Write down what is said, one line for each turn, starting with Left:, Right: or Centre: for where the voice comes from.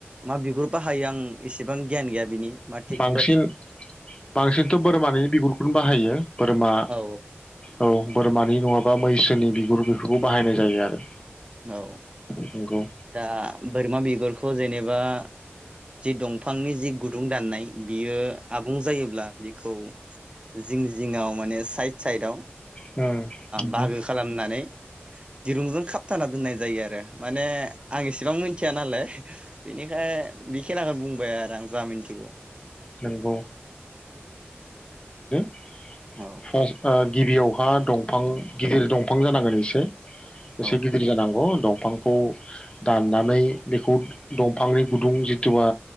Right: मा बिगुरबा हायो आं एसेबां गियान गैया बिनि माटिक
Left: बांसिन बांसिनथ' बोरमानि बिगुरखौनो बाहायो बोरमा
Right: औ
Left: औ बोरमानि नङाबा मैसोनि बिगुर बेफोरखौ बाहायनाय जायो आरो
Right: औ
Left: नंगौ
Right: दा बोरमा बिगुरखौ जेनेबा बा जि दंफांनि जि गुदुं दाननाय बियो आबुं जायोब्ला बेखौ जिं जिङाव माने साइद साइदयाव
Left: नंगौ
Right: बाहागो खालामनानै दिरुंजों खाब खोना दोननाय जायो आरो माने आं इसेबां मिथिया नालाय बेनिखाय बेखिनाखौनो बुंबाय आरो आं जा मिथिगौ
Left: नंगौ गिबियाव
Right: औ
Left: बिफा दंफां गिदिर दंफां जानांगोन एसे एसे
Right: औ
Left: गिदिर जानांगौ दं दंफांखौ दाननानै बेखौ दंफांनि गुदुं जिथुुबा